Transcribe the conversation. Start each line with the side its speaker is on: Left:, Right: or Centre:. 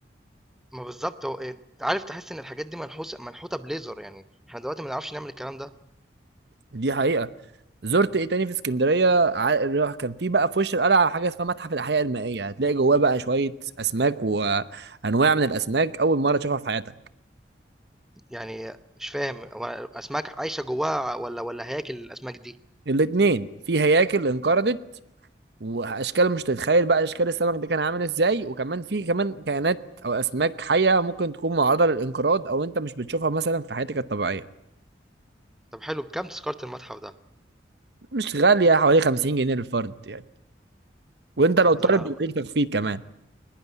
Centre: ما بالظبط هو إيه، عارف تحس إن الحاجات دي منحوسة منحوتة بليزر يعني احنا دلوقتي ما نعرفش نعمل الكلام ده
Right: دي حقيقه زرت ايه تاني في اسكندريه ع- اللي كان في بقى في وش القلعه حاجه اسمها متحف الاحياء المائيه هتلاقي جواه بقى شويه اسماك وانواع من الاسماك اول مره تشوفها في حياتك
Centre: يعني مش فاهم هو الأسماك عايشة جواها ولا ولا هياكل الأسماك دي
Right: الاتنين في هياكل انقرضت واشكال مش تتخيل بقى اشكال السمك ده كان عامل ازاي وكمان في كمان كائنات او اسماك حيه ممكن تكون معرضه للانقراض او انت مش بتشوفها مثلا في حياتك الطبيعيه
Centre: طب حلو بكام تذكرة المتحف ده
Right: مش غاليه حوالي 50 جنيه للفرد يعني وانت لو
Centre: طب
Right: طالب
Centre: ده أنا
Right: بيديك تخفيض كمان